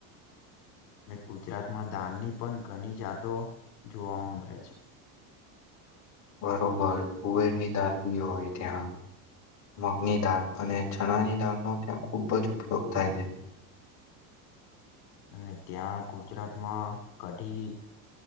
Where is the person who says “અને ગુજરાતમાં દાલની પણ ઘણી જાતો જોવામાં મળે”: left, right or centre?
Left